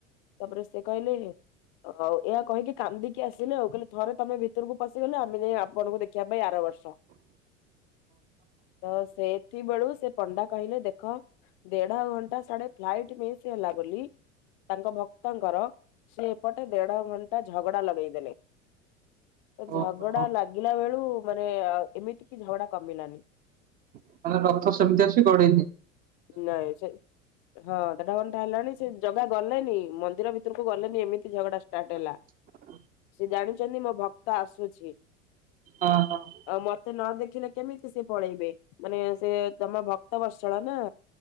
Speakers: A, on the left (about 40°); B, on the right (about 25°).
A: ତାପରେ ସେ କହିଲେ ଆଉ ଏହା କହିକି କାନ୍ଦିକି ଆସିଲେ ଆଉ କହିଲେ ଥରେ ତମେ ଭିତରକୁ ପଶିଗଲେ ଆମେ ଯାଇ ଆପଣଙ୍କୁ ଦେଖିବା ପାଇଁ ଆର ବର୍ଷ।
B: ହଁ
A: ତ ସେଥି ବେଳୁକୁ ସେ ପଣ୍ଡା କହିଲେ ଦେଖ ଦେଢ ଘଣ୍ଟା ସିଆଡେ ଫ୍ଲାଇଟ ମିସ୍ ହେଲା ବୋଲି ତାଙ୍କ ଭକ୍ତଙ୍କର ସେ ଏପଟେ ଦେଢ ଘଣ୍ଟା ଝଗଡା ଲଗେଇଦେଲେ। ତ ଝଗଡା
B: ଓହୋ
A: ଲାଗିଲା ବେଳୁ ମାନେ ଆ ଏମିତି କି ଝଗଡା କମିଲାନି।
B: ତା ମାନେ ରଥ ସେମିତି ଅଛି ଗଡ଼େଇନି।
A: ନାଇଁ ସେ ହଁ ଦେଢ ଘଣ୍ଟା ହେଲାନି ସେ ଜଗା ଗଲେନି ମନ୍ଦିର ଭିତରକୁ ଗଲେନି ଏମିତି ଝଗଡା ଷ୍ଟାର୍ଟ ହେଲା।
B: ଁ
A: ସେ ଜାଣିଚନ୍ତି ମୋ ଭକ୍ତ ଆସୁଛି।
B: ହଁ ହଁ।
A: ଆଉ ମତେ ନ ଦେଖିଲେ କେମିତି ସେ ପଳେଇବେ ମାନେ ସେ ତମ ଭକ୍ତ ବର୍ଷଳ ନା।